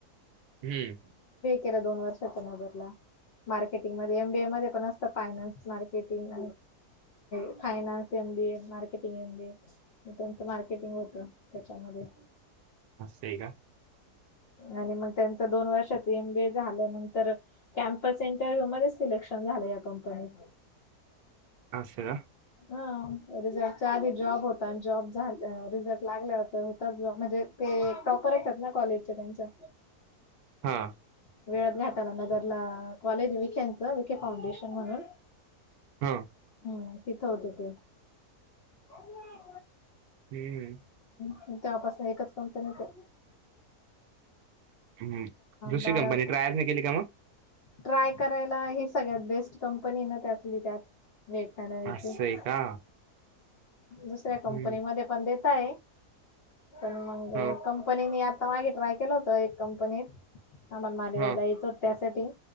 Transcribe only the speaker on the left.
गेला दोन वर्षाचा न बरला <unintelligible> <unintelligible> एम बी ए मध्ये पणअसतं finance marketing <unintelligible> finance M B A. Marketing M B A. त्याचं मार्केटिंग होत त्याच्यामध्ये.
आणि मग त्यांच दोन वर्षाच एम बी ए झाल्यानंतर कॅमपस इंटरव्ह्यू मध्ये सिलेक्शन झालं या कंपनीच
हा रिझल्टच्या आधी जॉब होता आणि जॉब झा रिझल्ट लागला तर होताच ज म्हणजे ते टॉपरच आहेत ना कॉलेजचे त्यांच्या
वेळात घाटाला नगरला कॉलेज विख्यांच विखे फाउंडेशन म्हणून
हम्म तिथं होत ते हम्
ह तेव्हापासन एकच कंपनीत आहे.
बारा
ट्राय करायला ही सगळ्यात बेस्ट कंपनी ना त्यातली त्यात <unintelligible>
हा
दुसऱ्या कंपनीमध्ये
पण देताय. पण मग कं
कंपनीनी आता मागे ट्राय केलं होत एक कंपनीत आमाला मालेगावला
यायचं होत त्यासाठी पण